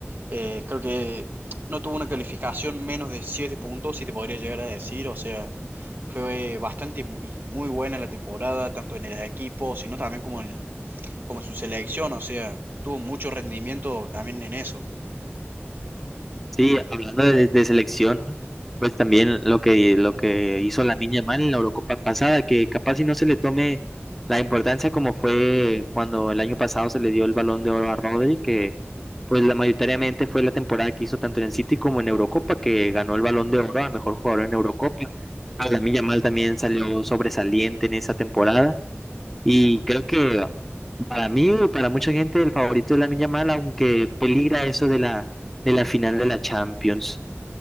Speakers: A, on the right (about 50°); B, in the centre.
A: eh, creo que no tuvo una calificación menos de 7 puntos, si te podría llegar a decir. O sea, fue bastante y muy buena la temporada, tanto en el equipo, sino también como en, como en su selección. O sea, tuvo mucho rendimiento también en eso.
B: Sí, hablando de, de selección, pues también lo que, lo que hizo la niña mal en la Eurocopa pasada, que capaz si no se le tome la importancia como fue cuando el año pasado se le dio el Balón de Oro a Rodri, que pues la mayoritariamente fue la temporada que hizo tanto en el City como en Eurocopa, que ganó el Balón de Oro a mejor jugador en Eurocopa. La niña mal también salió sobresaliente en esa temporada. Y creo que para mí y para mucha gente el favorito es Lamine Yamal, aunque peligra eso de la, de la final de la Champions.